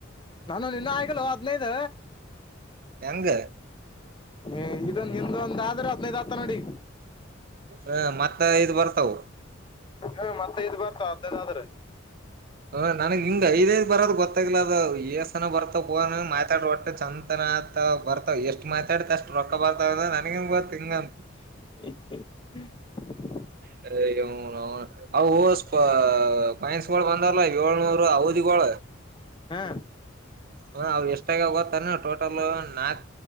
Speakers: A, on the left; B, on the right.
A: ನಾನು ನಿನ್ನ ಆಗಲ್ ಹದ್ನೈದ
B: ಹೆಂಗ
A: ಹ್ಮ್ ನಿಮ್ದೊಂದ ಆದ್ರೆ ಹದ್ನೈದ್ ಹತ್ತ ನೋಡಿ ಈಗ
B: ಹಾ ಮತ್ತ ಐದು ಬರ್ತಾವ
A: ಹ್ಮ್ ಮತ್ತೆ ಐದು ಬರ್ತಾವ ಹದಿನೈದ್ ಅದ್ರೆ
B: ಹಾ ನನಗೆ ಹಿಂಗ್ ಐದ ಐದ ಬರೋದ ಗೊತ್ತಾಗಲ ಅದ ಏಸ್ಸನ ಬರ್ತಾವ ಮಾತಾಡ ಒಟ್ಟ ಚಂತನ ಬರ್ತಾವ ಎಷ್ಟ್ ಮಾತಾಡತ ಅಷ್ಟ ರೊಕ್ಕ ಬರ್ತಾವ ನನಗೇ ಏನ್ ಗೊತ್ತು ಹಿಂಗಂತ
A: <unintelligible> <inaudible>
B: <unintelligible> ಪೈನ್ಸ್ಗಳು ಬಂದಾರಲ್ಲ ಏಳ್ನೂರು ಅವದಿಳ
A: ಹಾ
B: ಹಾ ಅವ್ ಎಷ್ಟಾಗವೇ ಗೊತ್ತೇನ ಟೋಟಲ್ ನಾಕ್